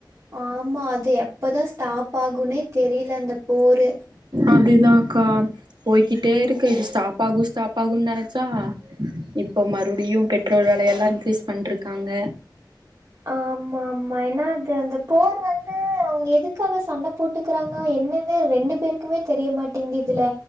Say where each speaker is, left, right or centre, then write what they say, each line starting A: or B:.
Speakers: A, on the right (about 45°); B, on the right (about 70°).
A: ஆமா அது எப்பதா ஸ்டாப் ஆகுன்னே தெரில அந்த போரு
B: அப்டிதாக்கா போய்க்கிட்டே இருக்கு இது ஸ்டாப் ஆகு ஸ்டாப் ஆகுன்னு நெனச்சா இப்போ மறுபடியு பெட்ரோல் வெலையெல்லா இன்கிரீஸ் பண்ட்டுருக்காங்க
A: ஆமா ஆமா ஏன்னா அது அந்த போர் வந்து அவங்க எதுக்காக சண்ட போட்டுக் இருக்குறாங்க என்னன்னே ரெண்டு பேருக்குமே தெரிய மாட்டேங்குதுதுல